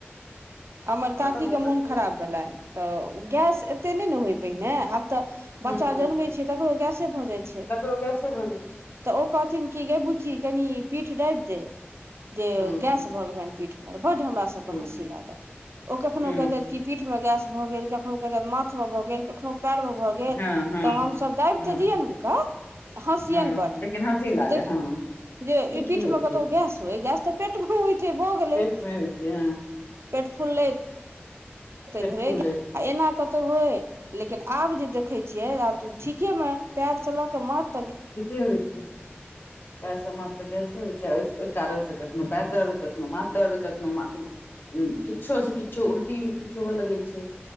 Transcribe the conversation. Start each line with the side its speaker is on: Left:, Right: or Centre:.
Right: हमर काकीके
Left: कतऽसँ करतै
Right: मोन खराब भेलनि तऽ गैस एतेक नहि ने होय पहिने आब तऽ
Left: हूँ
Right: बच्चा
Left: हूँ
Right: जनबै छैय तकरो गैसे भऽ जाइ छै
Left: ककरो गैसे भऽ जाइ छै
Right: तऽ ओ कहथिन कि गै बूची कनि पीठ दाबि दे जे
Left: हूँ
Right: गैस भऽ गेलेन पीठ में बड हमरा सबके
Left: हूँ
Right: हँसी लागे। कखनो
Left: हूँ
Right: कहैछेत कि पीठ में गैस भऽ गेल कखनो कहछेत माथ में भऽ गेल कखनो पैर मे भऽ गेल। गेल
Left: हँ हँ
Right: तऽ हमस दाब
Left: हूँ
Right: तऽ दियैन हुनका। हँसियन
Left: हँ
Right: बड
Left: लेकिन हँसी लागे
Right: देख
Left: हँ
Right: जे ई
Left: की
Right: पीठ
Left: होइ
Right: में
Left: छै
Right: कतहु गैस हो गैस। तऽ पेट भू होइत छै भऽ गेलैय।
Left: पेट <unintelligible>
Right: पेट फुल लैय। तऽ
Left: पेट
Right: भैग
Left: फुलले
Right: आ एना कतहु होय लेकिन आब जे देखै छियै आब तऽ। ठीके मे पैर सऽ लऽ के माथ।
Left: ठीके होइ छै पैरसॅं माथ तऽ गैसें होइ छै ओहि कारणसँ कखनो पैर दर्द कखनो माथ दर्द कखनो मा- हूँ किछो सँ किछो उल्टी किछ होबऽ लगै छै